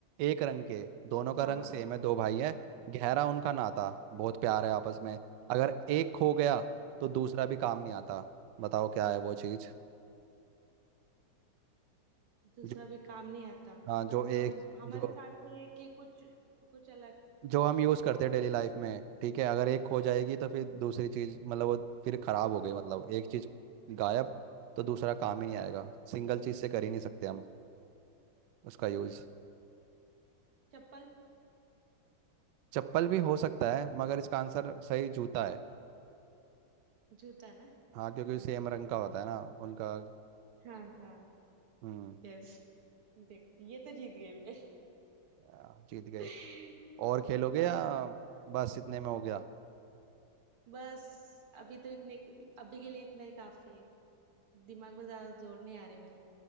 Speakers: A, on the right; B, on the right.
A: एक रंग के दोनों का
B: हाँ
A: रंग सेम है दो भाई हैं
B: हाँ
A: गहरा उनका नाता बहुत प्यार है आपस में
B: हाँ।
A: अगर एक खो गया तो दूसरा भी काम नहीं आता बताओ क्या है वो चीज
B: दूसरा
A: जो
B: भी काम नहीं आता
A: हाँ जो
B: मतलब
A: एक
B: हमारे
A: जो
B: साथ है कि कुछ कुछ अलग
A: जो हम यूज करते हैं डेली लाइफ में ठीक है अगर एक खो जाएगी तो फिर दूसरी चीज मतलब वो फिर खराब हो गई मतलब एक चीज गायब तो दूसरा काम ही नहीं
B: हाँ
A: आएगा सिंगल चीज से कर ही नहीं सकते हम उसका यूज
B: चप्पल
A: चप्पल भी हो सकता है मगर इसका आंसर सही जूता है
B: जूता ना
A: हाँ क्योंकि
B: हाँ
A: सेम रंग का होता है ना उनका
B: हाँ हाँ
A: हम्म
B: यस देख ये तो जीत गई मैं
A: आ, जीत गए
B: <laughs>
A: और खेलोगे
B: हाँ
A: या बस इतने में हो गया
B: बस अभी तो इतने अभी के लिए इतना ही काफी है दिमाग में ज्यादा जोर नहीं आ रहे मेरे